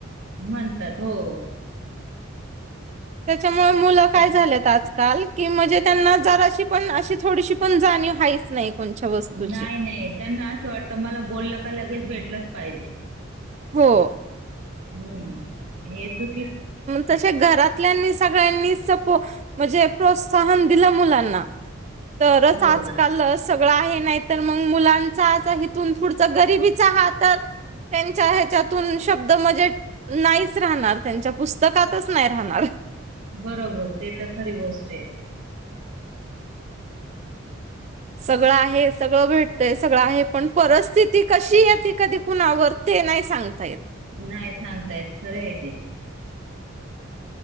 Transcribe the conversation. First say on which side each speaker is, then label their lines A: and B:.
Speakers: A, on the right; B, on the right.
A: म्हणतात हो हो
B: त्याच्यामुळं मुलं काय
A: पण
B: झालेत आजकाल की म्हणजे त्यांना जराशी पण अशी थोडीशी पण जाणीव हाईच नाही. कोणच्या वस्तूची
A: नाही नाही त्यांना असं वाटतं मला बोललं का लगेच भेटलंच पाहिजे.
B: हो
A: हम्म हे चुक
B: तसे घरातल्यां सगळ्यांनी सपोट म्हणजे प्रोत्साहन दिल मुलांना तरच
A: हो
B: आजकाल सगळं आहे नाही तर मग मुलांचा असा इथून पुढचा गरीबीचा हा तर त्यांच्या ह्याच्यातून शब्द म्हणजे नाहीच राहणार त्यांच्या पुस्तकातच नाही राहणार.
A: बरोबर ते तर खरी गोष्ट आहे.
B: सगळं आहे सगळं भेटतय सगळं आहे. पण परिस्थिती कशी येते कधीकुणावर ते नाही सांगता येत.
A: नाही सांगता येत खरं आहे ते